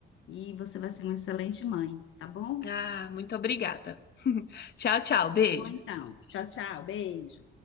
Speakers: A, on the left; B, on the left.
A: e você vai ser uma excelente mãe, tá bom?
B: Ah, muito obrigada. <laughs> Tchau, tchau. Beijos.
A: Tá bom, então. Tchau, tchau. Beijo.